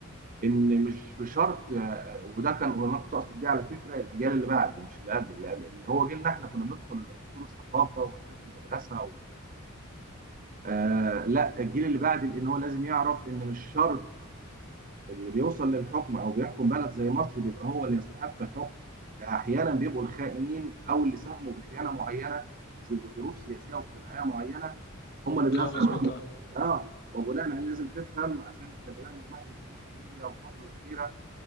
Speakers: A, on the right (about 40°); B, on the left (about 50°).
A: ان مش بشرط آه، آه، وده كان وانا كنت اقصد بيه على فكره الاجيال اللي بعد مش اللي قبل اللي قبل- اللي هو جيلنا احنا كنا بندخل اصول الثقافه ومكتبه المدرسه و... آه لا الجيل اللي بعد لان هو لازم يعرف ان مش شرط اللي بيوصل للحكم او بيحكم بلد زي مصر بيبقى هو اللي يستحق الحكم احيانا بيبقوا الخائنين او اللي ساهموا بخيانه معينه لظروف سياسيه واجتماعيه معينه هم اللي بيصلوا
B: اه مظبوط اه
A: اه وبناء عليه لازم تفهم عشان احنا بدانا نلاحظ في السوشيال ميديا والفتره الاخيره